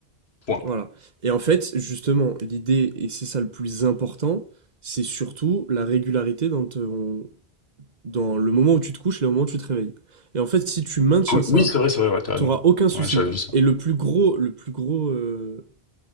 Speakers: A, on the left; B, on the right.
A: point
B: voilà. Et en fait, justement, l'idée et c'est ça le plus important, c'est surtout la régularité dans ton- dans le moment où tu te couches et le moment où tu te réveilles. Et en fait, si tu maintiens
A: Oui,
B: ça,
A: oui, c'est vrai, c'est vrai, ouais, tu raison.
B: tu n'auras aucun souci.
A: Ouais, j'avais vu ça.
B: Et le plus gros, le plus gros, euh,